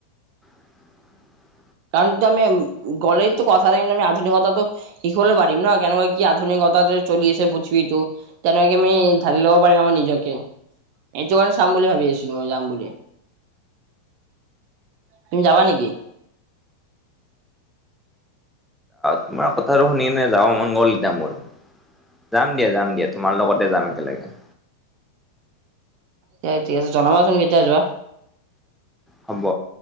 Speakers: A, in the centre; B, on the right.
A: <inaudible>
B: কাৰণ তু আম গলেইতো কথাৰে আমি আধুনিকতাটো দেখিবলে পাৰিম ন কেনেকা কি আধুনিকতাতে চলি আছে বুজবি তো তেনেকে আমি ঢালি ল'ব পাৰিম আমাৰ নিজকে এইটো চাম বুলি ভাবি আছিলো মই যাম বুলি তুমি যাবা নেকি?
A: তোমাৰ কথাটো শুনি কিনে যাব মন গ'ল এতিয়া মোৰ। যাম দিয়া, যাম দিয়া তোমাৰ লগতে যাম একেলগে।
B: হয় ঠিক আছে জনাবাচোন কেতিয়া যোৱা।
A: হ'ব।